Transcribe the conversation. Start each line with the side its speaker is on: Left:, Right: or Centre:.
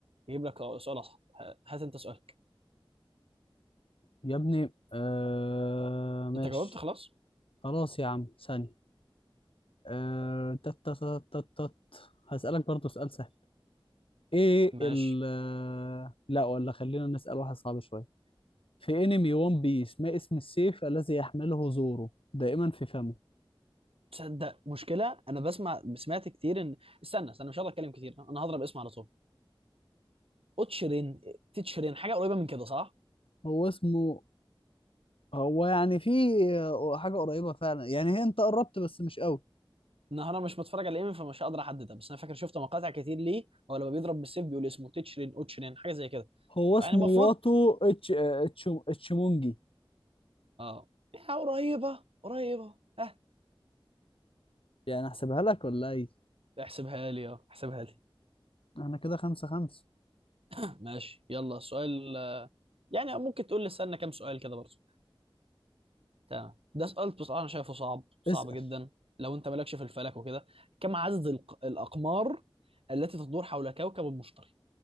Right: أجيب لك سؤال أصعب ه- هات أنت سؤالك
Left: يا ابني آه ماشي
Right: أنت جاوبت خلاص
Left: خلاص يا عم ثانية آه تت تت تت تت. هسألك برضو سؤال سهل ايه
Right: ماشي
Left: ال آه، لا ولا خلينا نسأل واحد صعب شوية في انمي ون بيس ما اسم السيف الذي يحمله زورو دائما في فمه
Right: تصدق مشكلة أنا بسمع سمعت كتير إن استنى استنى مش هقدر أتكلم كتير أنا هضرب اسم على طول أوتشرين تيتشرين حاجة قريبة من كده صح؟
Left: هو اسمه هو يعني في آه، حاجة قريبة فعلا يعني هي انت قربت بس مش قوي
Right: النهار انا مش متفرج على الانمي فمش هقدر احددها بس انا فاكر شفت مقاطع كتير ليه هو لما بيضرب بالسيف بيقول اسمه تيتشرين اوتشرين حاجه زي كده
Left: هو
Right: فيعني
Left: اسمه
Right: المفروض
Left: واتو اتش آه، اتش اتشمونجي
Right: اه يا قريبه قريبه ها
Left: يعني احسبها لك ولا ايه
Right: احسبها لي اه احسبها لي
Left: احنا كده خمسة خمسة
Right: <laughs> ماشي يلا سؤال يعني ممكن تقول لي استنى كام سؤال كده برضه تمام ده سؤال بصراحه انا شايفه صعب صعب
Left: اسأل
Right: جدا لو انت مالكش في الفلك وكده كم عدد الق- الاقمار التي تدور حول كوكب المشتري